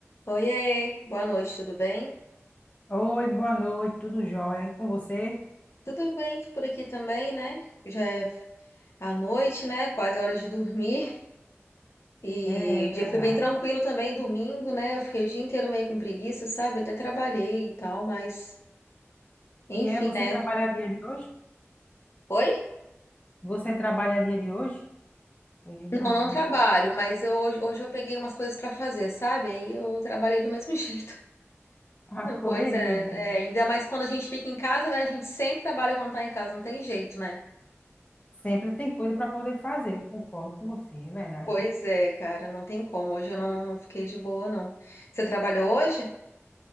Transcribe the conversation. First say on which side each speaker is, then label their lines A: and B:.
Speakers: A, on the left; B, on the left.
A: Oiê, boa noite, tudo bem?
B: Oi, boa noite, tudo jóia? E com você?
A: Tudo bem por aqui também, né? Já é a noite, né? Quase a hora de dormir. E
B: É,
A: o
B: verdade.
A: dia foi bem tranquilo também, domingo, né? Eu fiquei o dia inteiro meio com preguiça, sabe? Até trabalhei e tal, mas enfim,
B: E é, você
A: né?
B: trabalha dia de hoje?
A: Oi?
B: Você trabalha dia de hoje? Hoje é domingo.
A: Não, não trabalho, mas eu, hoje hoje eu peguei umas coisas pra fazer, sabe? Aí eu trabalhei do mesmo <laughs> jeito.
B: <laughs> A correria,
A: Pois é,
B: né?
A: é, ainda mais quando a gente fica em casa, né? A gente sempre trabalha quando tá em casa, não tem jeito, né?
B: Sempre tem coisa para poder fazer, eu concordo com você, é verdade.
A: Pois é, cara, não tem como. Hoje eu não, não fiquei de boa, não. Você trabalhou hoje?